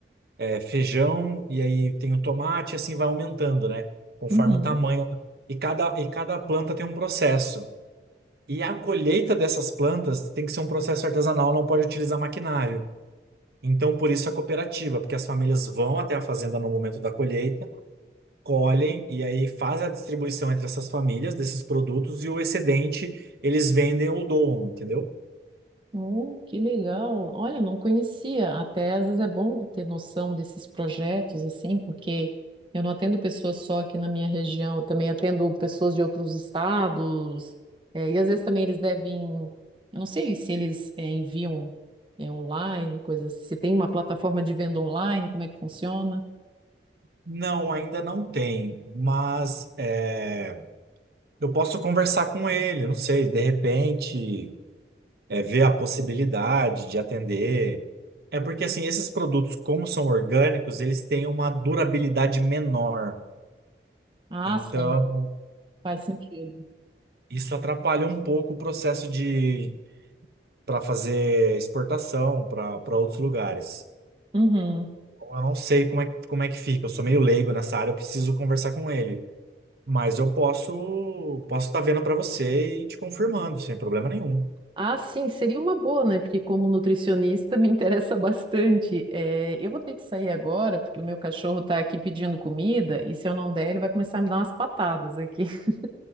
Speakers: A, on the right; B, on the right.
A: é, feijão, e aí tem o tomate, e assim vai aumentando, né? Conforme
B: uhum.
A: o tamanho. E cada, e cada planta tem um processo. E a colheita dessas plantas tem que ser um processo artesanal, não pode utilizar maquinário. Então, por isso a cooperativa, porque as famílias vão até a fazenda no momento da colheita, colhem e aí fazem a distribuição entre essas famílias desses produtos e o excedente eles vendem ou doam, entendeu?
B: Oh, que legal. Olha, não conhecia. Até às vezes é bom ter noção desses projetos, assim, porque eu não atendo pessoas só aqui na minha região, eu também atendo pessoas de outros estados. eh, e às vezes também eles devem, eu não sei se eles eh, enviam é online, coisas. Se tem uma plataforma de venda online, como é que funciona?
A: Não, ainda não tem, mas é, eu posso conversar com ele, não sei, de repente é, ver a possibilidade de atender. É porque assim, esses produtos, como são orgânicos, eles têm uma durabilidade menor.
B: Ah,
A: Então,
B: sim, faz sentido.
A: isso atrapalha um pouco o processo de para fazer exportação para para outros lugares.
B: Uhum.
A: Então, Eu não sei como é, como é que fica, eu sou meio leigo nessa área, eu preciso conversar com ele. Mas eu posso posso estar vendo para você e te confirmando, sem problema nenhum.
B: Ah, sim, seria uma boa, né? Porque como nutricionista <laughs> me interessa bastante. É, eu vou ter que sair agora, porque o meu cachorro está aqui pedindo comida, e se eu não der, ele vai começar a me dar umas patadas aqui. <laughs>